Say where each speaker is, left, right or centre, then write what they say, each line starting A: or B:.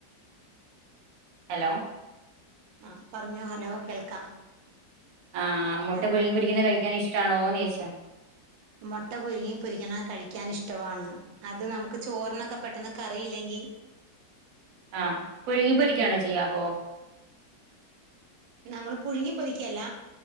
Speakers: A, on the right; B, on the right.
A: ഹലോ
B: ആഹ് പറഞ്ഞോ ഹലോ കേൾക്കാം
A: ആഹ് മുട്ട
B: ഹൽ-
A: പുഴുങ്ങി പൊരിക്കുന്ന കഴിക്കാൻ ഇഷ്ടണോന്ന് ചോയിച്ചാ
B: മുട്ട പുഴുങ്ങി പൊരിക്കണ കഴിക്കാൻ ഇഷ്ടവാണ് അത് നമുക്ക് ചോറിനൊക്കെ പെട്ടെന്ന് കറിയില്ലെങ്കിൽ
A: ആഹ് പുഴുങ്ങിപ്പോരിക്കണോ ചെയ്യാ അപ്പൊ
B: നമ്മൾ പുഴുങ്ങി പൊരിക്കല്ല